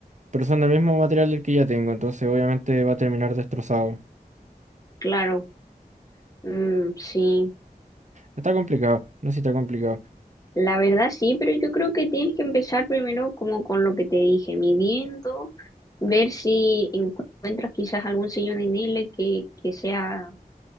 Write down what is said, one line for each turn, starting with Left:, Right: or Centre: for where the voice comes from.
Right: pero son del mismo material del que ya tengo, entonces obviamente va a terminar destrozado.
Left: claro, mm, sí.
Right: Está complicado, no sé si está complicado.
Left: La verdad sí, pero yo creo que tienes que empezar primero como con lo que te dije, midiendo, ver si encuentras quizás algún sillón en L que, que sea